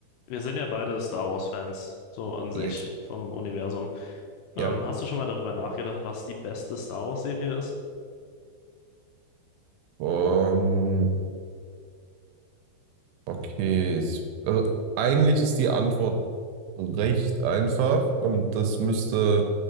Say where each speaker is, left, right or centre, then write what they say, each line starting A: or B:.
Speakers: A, on the left (about 80°); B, on the right (about 80°).
A: Wir sind ja beide Star Wars-Fans, so an sich
B: Yes.
A: vom Universum. Ähm,
B: Ja.
A: hast du schon mal darüber nachgedacht, was die beste Star Wars-Serie ist?
B: Ähm, okay. es- Also eigentlich ist die Antwort recht einfach und das müsste